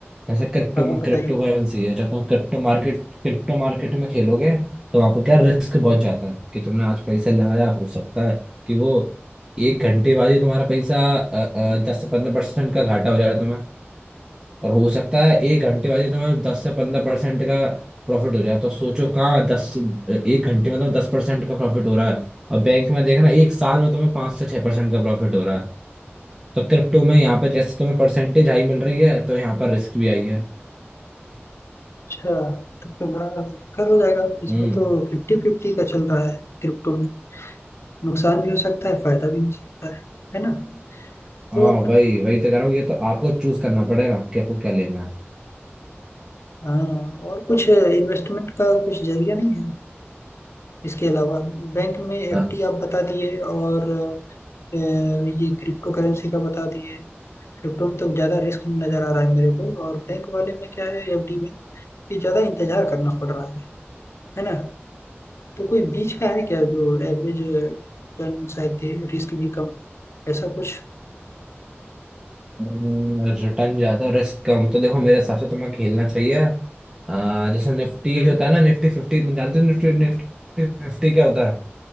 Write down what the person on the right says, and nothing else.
जैसे क्रिप्टो
क्रिप्टो करेंसी है जब तुम क्रिप्टो मार्केट क्रिप्टो मार्केट में खेलोगे तो वहाँ पर क्या रिस्क बहुत ज्यादा है कि तुमने आज पैसा लगाया हो सकता है कि वो एक घंटे बाद ही तुम्हारा पैसा दस से पंद्रह परसेंट का घाटा हो जाएगा तुम्हें और हो सकता है एक घंटे बाद ही तुम्हें दस से पंद्रह परसेंट का प्रॉफिट हो जाए तो सोचो कहाँ दस एक घंटे में तो दस परसेंट का प्रॉफिट हो रहा है और बैंक में देखना एक साल में तुम्हें पाँच से छह परसेंट का प्रॉफिट हो रहा है तो क्रिप्टो में यहाँ पर जैसे तुम्हें परसेंटेज हाई मिल रही है तो यहाँ पर रिस्क भी आई है
हम्म
हाँ
वही वही तो कह रहा हूँ ये तो आपको चूज करना पड़ेगा कि आपको क्या लेना है
हाँ
रिटर्न ज्यादा रिस्क कम तो देखो मेरे हिसाब से तुम्हें खेलना चाहिए अ, जैसे निफ्टी
होता है ना निफ्टी फिफ्टी तुम जानते हो निफ्टी निफ्टी फिफ्टी क्या होता है